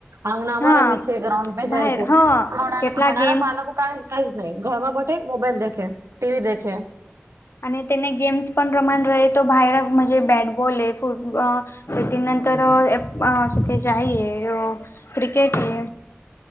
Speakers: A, on the right; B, on the left.
A: આંગનામાં
B: હા
A: રમે છે ગ્રાઉન્ડ પે
B: ભાઈ
A: જાય છે
B: હા
A: ડા
B: કેટલા
A: હડાના
B: ગેમ્સ
A: બાલકો કાજ કઈજ નહી ઘર માં બેઠે મોબાઈલ દખે ટી વી દખે.
B: અને તેને ગેમ્સ પણ રમાન રહે તો ભૈરજ જે બેટબોલ ફૂં અહ પે તે નંતર અહ સુખે ખેંચ આઈ અહ ક્રિકેટ એ